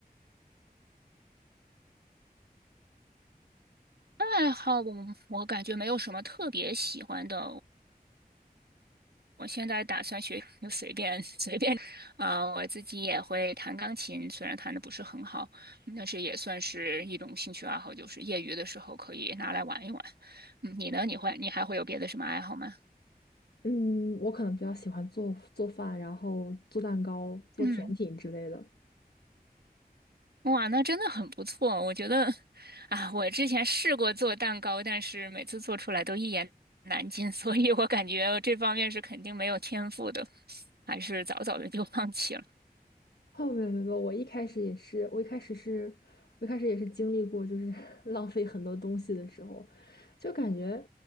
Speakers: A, on the right; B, on the left.
A: 爱好我我感觉没有什么特别喜欢的，我现在打算学，就随便 <laughs> 随便，啊，我自己也会弹钢琴，虽然弹的不是很好，但是也算是一种兴趣爱好，就是业余的时候可以拿来玩一玩。嗯，你呢？你会，你还会有别的什么爱好吗？
B: 嗯，我可能比较喜欢做做饭，然后做蛋糕、做甜品之类的。
A: 嗯，哇，那真的很不错。我觉得，啊，我之前试过做蛋糕，但是每次做出来都一言难尽，<laughs> 所以我感觉这方面是肯定没有天赋的，还是早早的就放弃了。
B: 哦，没有没有，没有我一开始也是，我一开始是，我一开始也是经历过，就是 <laughs> 浪费很多东西的时候，就感觉，